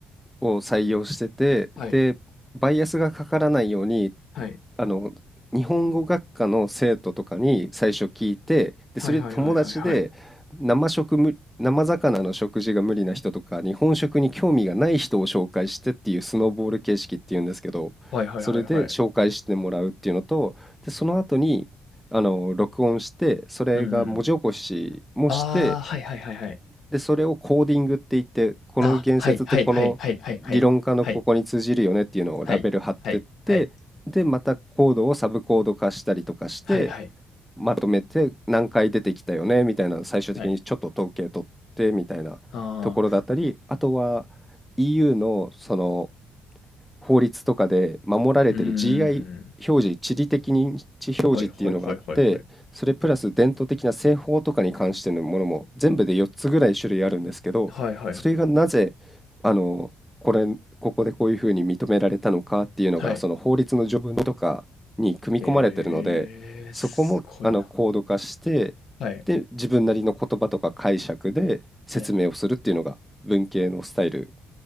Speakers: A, in the centre; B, on the left (about 70°).
A: を採用してて、
B: はい。
A: で、バイアスがかからないように、
B: はい。
A: あの、日本語学科の生徒とかに最初聞いて、で、
B: はいはいはいはいはい。
A: それで友達で生食む、生魚の食事が無理な人とか、日本食に興味がない人を紹介してっていうスノーボール形式っていうんですけど、
B: はいはいはいはい。
A: それで紹介してもらうっていうのと、で、その後に、あの、録音して、それが文字起こしもして、
B: うんうん。ああ、はいはいはいはい。
A: で、それをコーディングって言って、この言説ってこの理論家のここに通じるよねっていうのをラベル貼ってって、
B: あ、はいはいはいはいはいはい。はい。はいはいはい。
A: で、またコードをサブコード化したりとかして、
B: はいはい。
A: まとめて何回出てきたよねみたいなのを最終的にちょっと統計取ってみたいなところだったり、
B: はい。ああ、
A: あとは EU のその法律とかで守られてる
B: うーん。
A: GI 表示、地理的認知表示っていうのがあって、
B: はいはいはいはいはい。
A: それプラス伝統的な製法とかに関してのものも全部で4つぐらい種類あるんですけど、
B: はいはい。
A: それがなぜ、あの、これ、ここでこういうふうに認められたのかっていうのが、
B: はい。
A: その法律の条文とかに組み込まれてるので、
B: ええ、
A: そこもあのコード化して、
B: すごいな。はい。
A: で、自分なりの言葉とか解釈で説明をするっていうのが文系のスタイル
B: はい。